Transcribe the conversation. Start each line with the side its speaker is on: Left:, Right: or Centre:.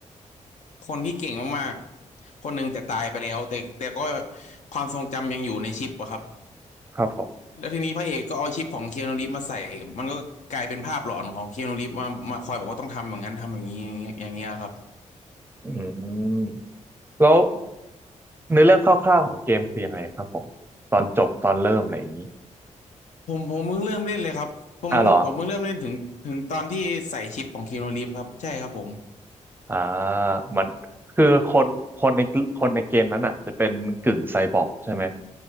Left: คนที่เก่งมากๆคนหนึ่งแต่ตายไปแล้วแต่แต่ก็ความทรงจำยังอยู่ในชิปอะครับ
Right: ครับผม
Left: แล้วทีนี้พระเอกก็เอาชิปของเคียนูรีฟมาใส่มันก็กลายเป็นภาพหลอนของเคียนูรีฟมามาคอยบอกว่าต้องทำอย่างนั้นทำอย่างนี้อย่างเงี้ยอย่างเงี้ยครับ
Right: อืมแล้วเนื้อเรื่องคร่าวๆของเกมคือยังไงครับผมตอนจบตอนเริ่มอะไรอย่างนี้
Left: ผมผมเพิ่งเริ่มเล่นเลยครับผมเพิ่งผมเพิ่งเริ่มเล่นถึงถึงตอนที่ใส่ชิปของเคียนูรีฟครับใช่ครับผม
Right: อ่ะเหรออ่ามันคือคนคนในคนในเกมนั้นอ่ะจะเป็นกึ่งไซบอร์กใช่ไหม